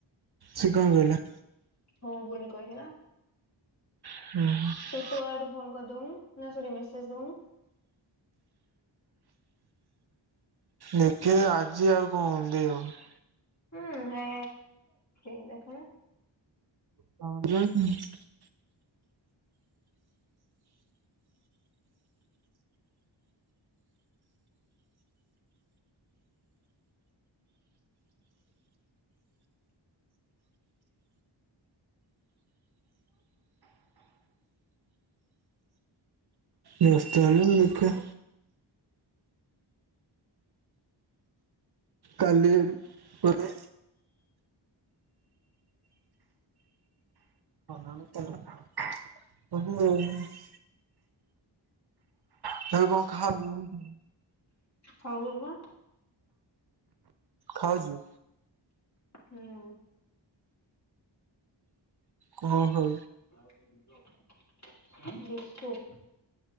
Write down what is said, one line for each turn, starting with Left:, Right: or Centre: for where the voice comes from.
Right: ସେ କଣ କହିଲା?
Left: ହଉ ବୋଲି କହିିଥିଲା।
Right: ହୁଁ, ହୁଁ।
Left: ତୋ ଆଡୁ ଫୋନ କରିଦଉନୁ ନା ସରି ମେସେଜ ଦଉନୁ।
Right: ଦେଖେ ଆଜି ଆଉ କଣ ଦେଇ ହବ।
Left: ହୁଁ ହେ <unintelligible> ଦେଖୁନ।
Right: ହଁ <unintelligible> ବ୍ୟସ୍ତ <unintelligible> ମୁଁ ଦେଖିଆ। କାଲି କୁଆଡେ <inaudible> <inaudible>
Left: ହଉ ହବପା।
Right: ଖାଉଛି
Left: ହୁଁ।
Right: କଣ ଖାଉଛୁ।
Left: <inaudible> <unintelligible> ବିସ୍କୁଟ୍।